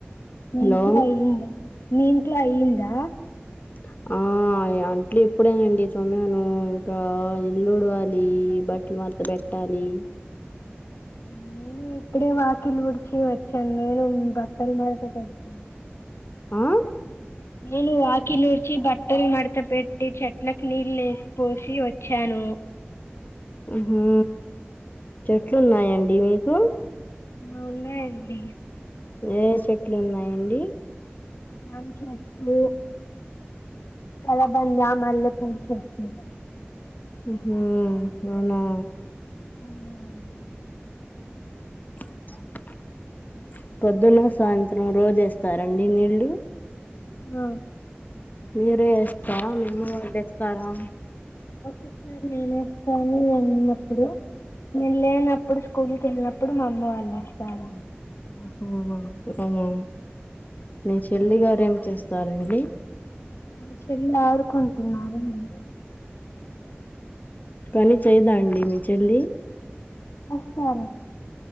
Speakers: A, on the left (about 80°); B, on the left (about 40°).
A: మీ
B: హలో
A: ఇంట్లో అయిందా మీ ఇంట్లో అయ్యిందా
B: క ఆ అంట్లే ఇప్పుడేనండి తోమను ఇంకా ఇళ్లు ఊడవాలి బట్లు మడత బెట్టాలి
A: ఉమ్ ఉమ్ ఇప్పుడే వాకిళ్లు ఉడిచి వచ్చాను నేను బట్టల మడత పెట్టాను
B: ఆ
A: నేను వాకిళ్లు ఉడిచి బట్టలు మడత పెట్టి చెట్లలకు నీళ్ళు వేసి పోసి వచ్చాను ఆ
B: హ్మ్ హు చెట్లున్నాయండి మీకు
A: ఆ ఉన్నాయండి
B: ఏ ఏ చెట్లు ఉన్నాయండి
A: జామ్ చెట్లు కలబంద ఆ మల్ల పూల్ చెట్టు
B: హ్మ్ హు అవునా
A: ఆ అవునండి
B: <inaudible> పొద్దున్న సాయంత్రం రోజేస్తారండి నీళ్ళు
A: ఆ
B: మీరే ఏస్తారా మీ అమ్మ వాళ్లేస్తారా
A: ఒక్కొక్కసారి నేనేస్తాను నేనున్నప్పుడు నేను లేనప్పుడు స్కూల్కి వెళ్ళినప్పుడు మా అమ్మ వాళ్ళు ఏస్తారు
B: ఆహా ఔనా మీ చెల్లిగారు ఏమి చేస్తారండి
A: మా చెల్లి ఆడుకుంటున్నాడు అండీ
B: పని చేయదా అండి మీ చెల్లి
A: వస్తారు